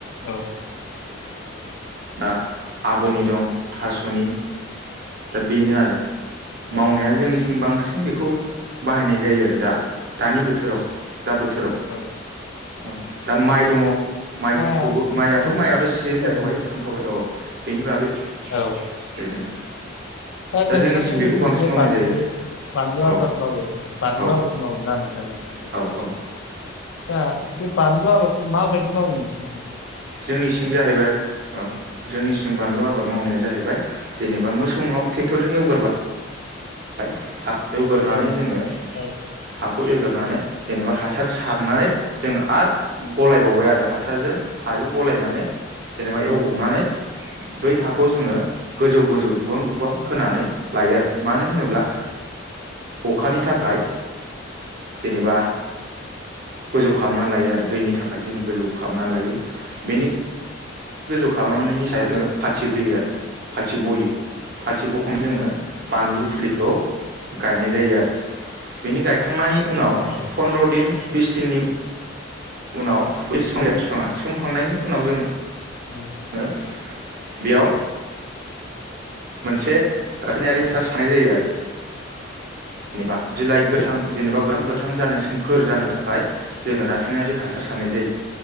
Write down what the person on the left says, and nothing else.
औ।
औ
औ
औ
दा
नोंथां
औ
औ
दा नोंथांमोननिथिं
जे
बानलु
बानलु
आबाद मावो बानलु
आबाद मावोना नोंथांमोननिथिजाय।
दा बे बानलु आबाद मा बायदि मावयो नोंसिनिथिं?
औ
औ
औ
औ
औ
औ
ओम
औ